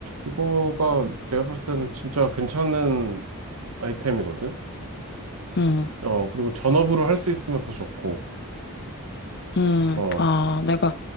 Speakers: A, on the right; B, on the left.
A: 이거가 내가 봤을 때는 진짜 괜찮은 아이템이거든?
B: 음.
A: 어, 그리고 전업으로 할 수 있으면 더 좋고,
B: 음,
A: 어,
B: 아, 내가